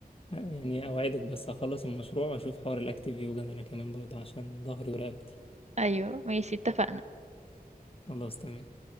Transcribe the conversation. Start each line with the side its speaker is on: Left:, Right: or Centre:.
Left: يعني اوعدك بس هخلص المشروع واشوف حوار الاكتيف يوجا ده انا كمان برضه عشان ظهري ورقبتي
Right: ايوه ماشي اتفقنا
Left: خلاص تمام